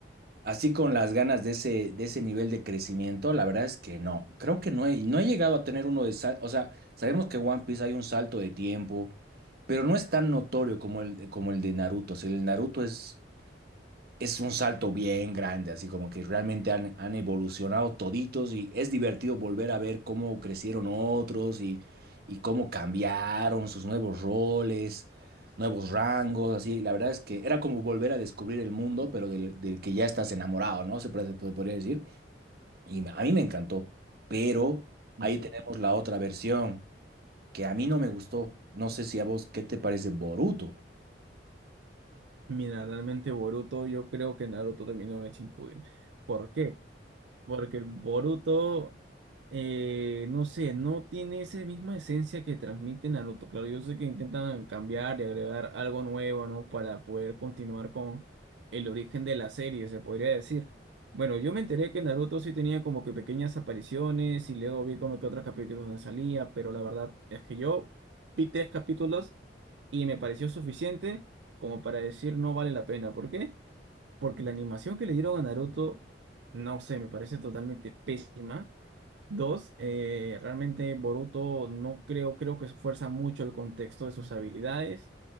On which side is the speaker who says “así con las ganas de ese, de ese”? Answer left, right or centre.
Right